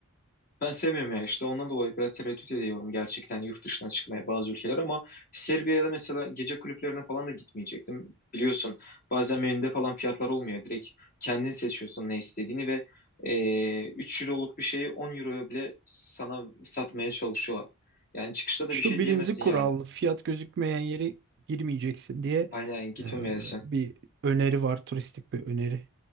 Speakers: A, on the left (about 40°); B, on the right (about 50°).
A: Ben sevmiyorum ya işte ondan dolayı biraz tereddüt ediyorum gerçekten yurt dışına çıkmaya bazı ülkeler ama Serbia'da mesela gece kulüplerine falan da gitmeyecektim. Biliyorsun bazen menüde falan fiyatlar olmuyor. Direkt kendin seçiyorsun ne istediğini ve e, 3 euroluk bir şeyi 10 euroya bile sana satmaya çalışıyorlar. Yani çıkışta
B: İşte
A: da bir şey
B: o birinci
A: diyemezsin
B: kural
A: yani.
B: fiyat gözükmeyen yere girmeyeceksin diye
A: Aynen gitmemelisin.
B: e, bir öneri var turistik bir öneri.